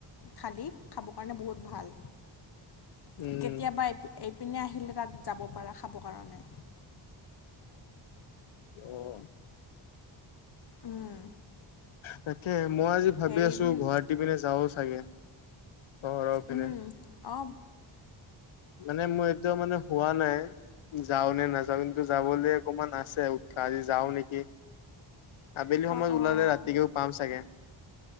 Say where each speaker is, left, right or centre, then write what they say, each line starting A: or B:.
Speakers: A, on the left; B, on the left.
A: থালি খাবৰ কাৰণে বহুত ভাল
B: উম
A: কেতিয়াবা এই প এপিনে আহিলে তাত যাব পাৰা খাবৰ কাৰণে।
B: উম
A: উম
B: তাকে মই আজি ভাবি
A: হেৰি
B: আছো
A: পিনে
B: গুৱাহাটী পিনে যাওঁ চাগে? চহৰৰ পিনে
A: উম অ
B: মানে মোৰ এতিয়া মানে হোৱা নাই যাওঁ নে নাযাও। কিন্তু যাবলে অকমান আছে উৎসাহ আজি যাও নেকি? কি আবেলি সময়ত
A: অঁ অঁ
B: ওলালে ৰাতিকে পাম চাগে।